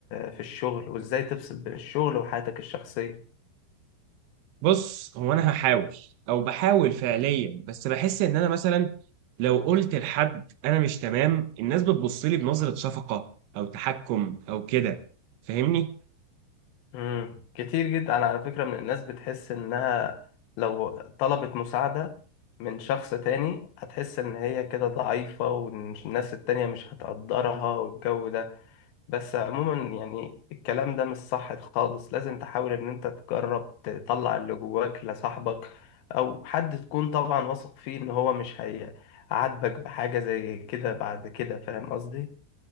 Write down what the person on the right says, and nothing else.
بص هو انا هحاول او بحاول فعليا بس بحس ان انا مثلا لو قلت لحد انا مش تمام الناس بتبص لي بنظره شفقه او تحكم او كده فاهمني